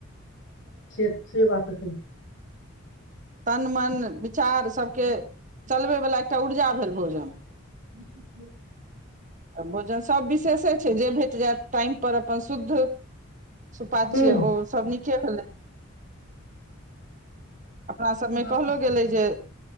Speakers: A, on the left (about 60°); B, on the right (about 35°).
A: से से बात त सही छैय
B: तन मन विचार सभके चलबय वला एकटा ऊर्जा भेलय भोजन।
A: <unintelligible>
B: आ भोजन सभ विशेषे छैय जे भेट जायत टाइम पर अपन शुद्ध सुपाच्य
A: हूं
B: ओ सब नीके भेलै। अपना सबमे
A: ई बात
B: कहलो
A: तऽ सही
B: गेलै
A: छै
B: जे